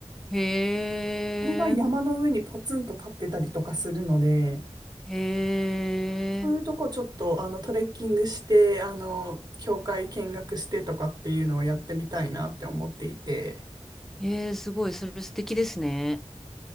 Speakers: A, in the centre; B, on the right (about 35°).
A: へえ。
B: それが山の上にポツンと立ってたりとかするので、
A: へえ。
B: そういうとこちょっと、あの、トレッキングして、あの、教会見学してとかっていうのをやってみたいなって思っていて、
A: へえ、すごい。それ素敵ですね。